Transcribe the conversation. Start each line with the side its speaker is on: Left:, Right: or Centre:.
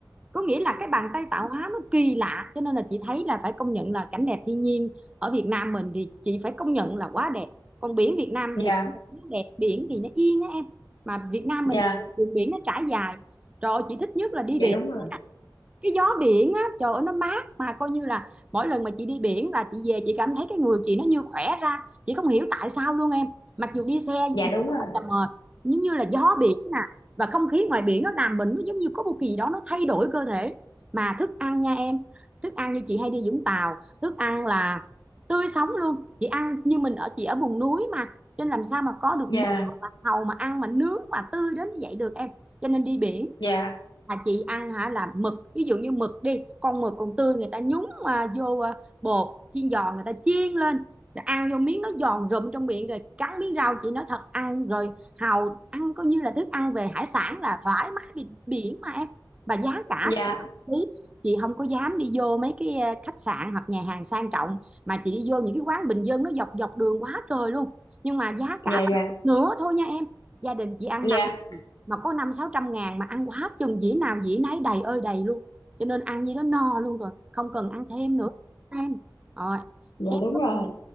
Right: có nghĩa là cái bàn tay tạo hóa nó kỳ lạ cho nên là chị thấy là phải công nhận là cảnh đẹp thiên nhiên ở Việt Nam mình thì chị phải công nhận là quá đẹp còn biển Việt Nam
Left: dạ
Right: thì cũng đẹp biển thì nó yên đó em mà Việt Nam mình
Left: dạ
Right: đường biển nó trải dài rồi chị thích nhất là đi
Left: dạ
Right: biển
Left: đúng rồi
Right: cái gió biển á trời ơi nó mát mà coi như là mỗi lần mà chị đi biển là chị về chị cảm thấy cái người chị nó như khỏe ra chị không hiểu tại sao luôn em mặc dù đi xe
Left: dạ đúng
Right: rất
Left: rồi
Right: là mệt nhưng như là gió biển nè và không khí ngoài biển nó làm mình nó giống như có một kỳ gì đó nó thay đổi cơ thể mà thức ăn nha em thức ăn như chị hay đi Vũng Tàu thức ăn là tươi sống luôn chị ăn như mình ở chị ở vùng núi mà cho nên làm sao mà có được
Left: dạ
Right: mực hoặc là hàu mà ăn mà nướng mà tươi đến như vậy được em cho nên đi biển
Left: dạ
Right: là chị ăn hả là mực ví dụ như mực đi con mực còn tươi người ta nhúng mà vô à, bột chiên giòn người ta chiên lên rồi ăn vô miếng nó giòn rụm trong miệng rồi cắn miếng rau chị nói thật ăn rồi hàu ăn coi như là thức ăn về hải sản là thoải mái biển, biển mà em và giá cả
Left: dạ
Right: thì hợp lý chị không có dám đi vô mấy cái à, khách sạn hoặc nhà hàng sang trọng mà chị đi vô những cái quán bình dân nó dọc dọc đường quá trời luôn nhưng mà giá
Left: dạ
Right: cả bằng
Left: dạ dạ
Right: một nửa thôi nha em gia đình chị ăn
Left: Dạ,
Right: năm mà có năm sáu trăm ngàn mà ăn quá chừng dĩa nào dĩa nấy đầy ơi đầy luôn cho nên ăn như đó no luôn rồi không cần ăn thêm nữa em rồi
Left: dạ
Right: em
Left: đúng rồi.